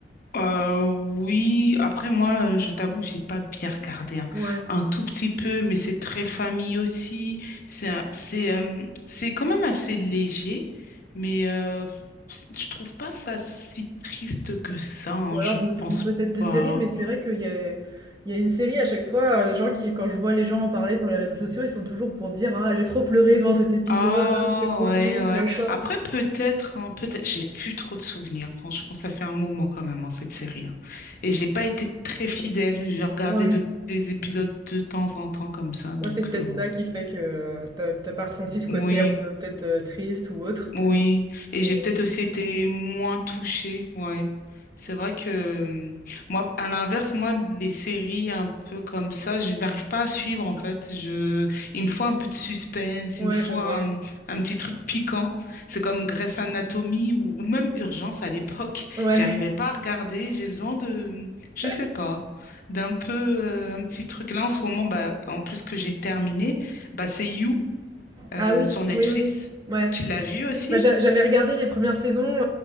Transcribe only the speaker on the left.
Euh, oui, après moi, euh, je t'avoue que j'ai pas bien regardé, hein.
Un tout petit peu, mais c'est très famille aussi. C'est un- c'est euh, c'est quand même assez léger, mais euh, c- je trouve pas ça si triste que ça. hein,
je
pense
pas.
Ah
ouais
ouais.
Après peut-être hein, peut-être. J'ai plus trop de souvenirs. Franchement, ça fait un moment quand même hein, cette série. hein. Et j'ai pas été très fidèle. J'ai regardé
de- des épisodes de temps en temps comme ça, donc
euh, bon.
Oui,
oui.
Et j'ai peut-être aussi été moins touchée, ouais. C'est vrai que euh, moi, à l'inverse, moi, les séries un peu comme ça, je n'arrive pas à suivre en fait. Je, il me faut un peu de suspense,
il me faut
un, mmh, un petit truc piquant. C'est comme Grey's Anatomy ou, ou même Urgence à l'époque. <laughs>
J'arrivais pas à regarder. J'ai besoin de, mmh, je
sais pas, d'un peu euh, un petit truc. Là, en ce moment, bah, en plus que j'ai terminé, bah, c'est You euh,
sur Netflix.
Tu l'as vu aussi?